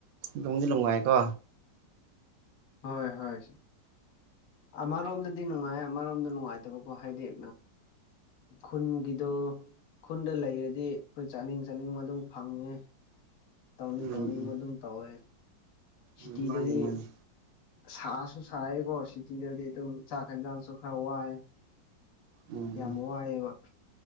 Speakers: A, on the right (about 85°); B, on the left (about 55°).
A: ꯅꯨꯡꯗꯤ ꯅꯨꯡꯉꯥꯏꯌꯦꯀꯣ
B: ꯍꯣꯏ ꯍꯣꯏ ꯁ__ ꯑꯃꯔꯣꯝꯗꯗꯤ ꯅꯨꯡꯉꯥꯏ ꯑꯃꯔꯣꯝꯗ ꯅꯨꯡꯉꯥꯏꯇꯕꯀꯣ ꯍꯥꯏꯗꯤ ꯑ ꯈꯨꯟꯒꯤꯗꯣ ꯈꯨꯟꯗ ꯂꯩꯔꯗꯤ ꯑꯩꯈꯣꯏ ꯆꯥꯅꯤꯡ ꯆꯥꯅꯤꯡꯕ ꯑꯗꯨꯝ ꯐꯪꯉꯦ ꯇꯧꯅꯤꯡ
A: ꯎꯝ
B: ꯇꯧꯅꯤꯡꯕ
A: ꯎꯝ
B: ꯑꯗꯨꯝ ꯇꯧꯋꯦ ꯁꯤꯇꯤꯗꯗꯤ
A: ꯎꯝ ꯃꯥꯅꯤ ꯃꯥꯅꯤ
B: ꯁꯥꯁꯨ ꯁꯥꯏꯌꯦꯀꯣ ꯁꯤꯇꯤꯗꯗꯤ ꯑꯗꯨꯝ ꯆꯥꯛ ꯌꯦꯟꯖꯥꯡꯁꯨ ꯈꯔ ꯋꯥꯏꯌꯦ
A: ꯎꯝ
B: ꯌꯥꯝ
A: ꯎꯝ
B: ꯋꯥꯏꯑꯦꯕ